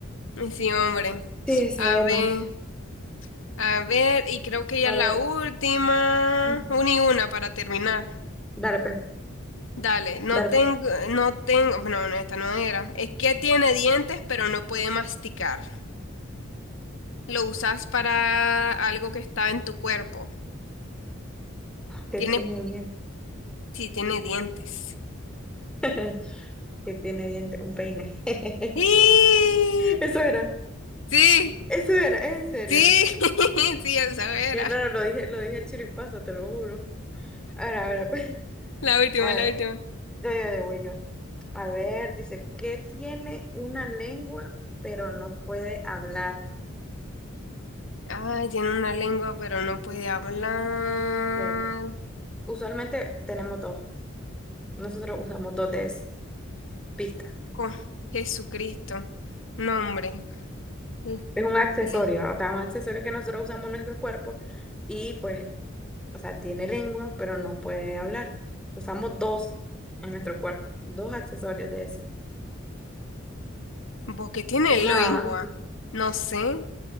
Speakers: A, on the left; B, in the centre.
A: Sí, sí, hombre.
B: Sí, sabe
A: A ver,
B: mal.
A: a ver, y creo que
B: A
A: ya la
B: ver,
A: última.
B: mm,
A: Una y una para terminar.
B: dale pues,
A: Dale, no
B: dale
A: tengo,
B: pues.
A: no tengo, no, no, esta no era. Es que tiene dientes, pero no puede masticar. Lo usas para algo que está en tu cuerpo.
B: ¿Qué
A: Tiene,
B: tiene bien?
A: sí, tiene dientes.
B: <laughs> que tiene diente? Un peine. <laughs>
A: ¡Y!
B: Eso era,
A: Sí,
B: eso era, es en serio.
A: sí, <laughs> sí, esa era.
B: Qué raro, lo dije, lo dije el chiripazo, te lo juro. A ver, a ver, <laughs>
A: La última,
B: a
A: la
B: ver,
A: última.
B: yo, yo, yo, voy yo. A ver, dice, ¿qué tiene una lengua pero no puede hablar?
A: Ay, tiene una lengua, pero no puede hablar.
B: Te- Usualmente tenemos dos. Nosotros usamos dos de esas pista
A: Con Jesucristo. Nombre. L-
B: Es un accesorio,
A: le-
B: o sea, un accesorio que nosotros usamos en nuestro cuerpo y pues, o sea, tiene lengua pero no puede hablar. Usamos dos en nuestro cuerpo, dos accesorios de eso.
A: ¿Vos qué tiene lengua?
B: Nada,
A: No sé.